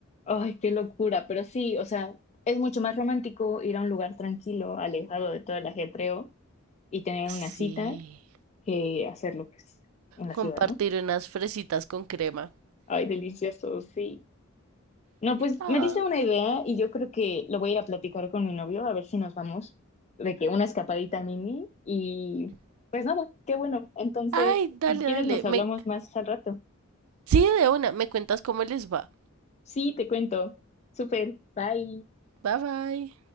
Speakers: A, on the left (about 30°); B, on the right (about 80°).
A: Ay, qué locura, pero sí, o sea, es mucho más romántico ir a un lugar tranquilo, alejado de todo el ajetreo y tener
B: Sí.
A: una cita que hacerlo, pues, en la
B: Compartir
A: ciudad, ¿no?
B: unas fresitas con crema.
A: Ay, delicioso, sí. No, pues
B: Ah,
A: me dice una idea y yo creo que lo voy a ir a platicar con mi novio a ver si nos vamos de que una escapadita mini y pues nada, qué bueno. Entonces,
B: ay, dale,
A: si quieres
B: dale.
A: nos
B: Me...
A: hablamos más al rato.
B: Sí, de una. Me cuentas cómo les va.
A: Sí, te cuento. Súper, bye.
B: Bye bye.